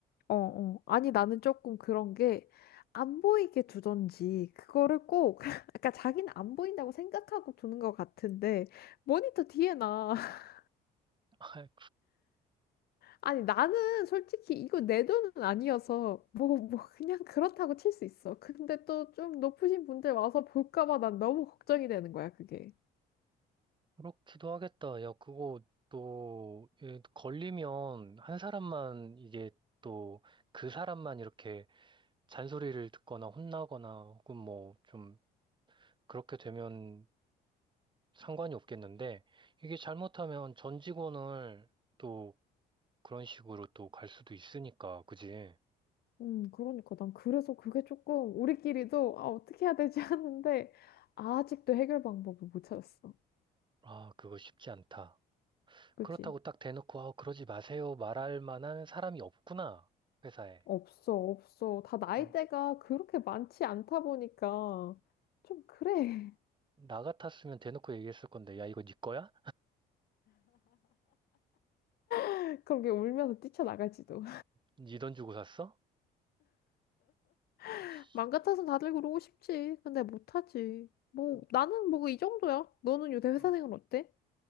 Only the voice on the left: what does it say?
어, 어. 아니, 나는 조금 그런 게, 안 보이게 두던지, 그거를 꼭, <laughs> 그러니까 자기는 안 보인다고 생각하고 두는 것 같은데, 모니터 뒤에 나. <laughs>
아니, 나는 솔직히 이거 내 돈은 아니어서, 뭐, 뭐, 그냥 그렇다고 칠 수 있어. 근데 또 좀 높으신 분들 와서 볼까봐 난 너무 걱정이 되는 거야, 그게.
음, 그러니까 난 그래서 그게 조금, 우리끼리도, 아, 어떻게 해야 되지 하는데, 아직도 해결 방법을 못 찾았어.
그치?
없어, 없어. 다 나이대가
그렇게 많지 않다 보니까 좀 그래.
<laughs> 그런 게 울면서 뛰쳐나갈지도.
<laughs>
맘 같아서 다들 그러고 싶지. 근데 못하지. 뭐,
나는 뭐 이 정도야. 너는 요새
회사 생활 어때?